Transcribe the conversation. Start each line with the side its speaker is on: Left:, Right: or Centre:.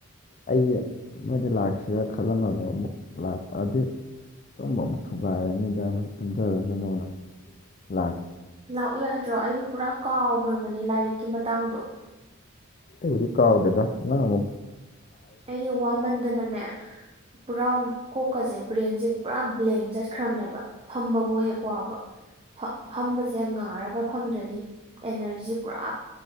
Left: ꯑꯩꯁꯦ ꯅꯣꯏꯗ ꯂꯥꯛꯁꯤꯔꯥ ꯈꯜꯂꯝꯃꯕꯅꯦ ꯑꯃꯨꯛ ꯂꯥꯛ ꯑꯗꯨ ꯁꯨꯝꯕ ꯑꯃ ꯊꯨꯒꯥꯏꯔꯅꯤꯗ ꯃ ꯇꯨꯝꯖꯔꯁꯅꯣꯅ ꯂꯥꯛ
Right: ꯂꯥꯛꯎ ꯌꯥꯗ꯭ꯔꯣ ꯑꯩꯗꯤ ꯄꯨꯔꯥ ꯀꯥꯎꯈ꯭ꯔꯕꯅꯦ ꯂꯥꯏꯔꯤꯛꯀꯤ ꯃꯇꯥꯡꯗꯣ
Left: ꯕꯨꯔꯤ ꯀꯥꯥꯎꯗꯗ ꯑꯃ
Right: ꯑꯩꯗꯤ ꯋꯥꯃꯟꯗꯅꯅꯦ ꯄꯨꯔꯥ ꯀꯣꯛꯀꯁꯦ ꯕ꯭ꯔꯦꯟꯁꯦ ꯄꯨꯔꯥ ꯕ꯭ꯂꯦꯡ ꯆꯠꯈ꯭ꯔꯕꯅꯦꯕ ꯐꯝꯕꯕꯨ ꯍꯦꯛ ꯋꯥꯕ ꯐꯝꯕꯁꯦ ꯉꯥꯔꯒ ꯐꯝꯗ꯭ꯔꯗꯤ ꯑꯦꯅꯔꯖꯤ ꯄꯨꯔꯥ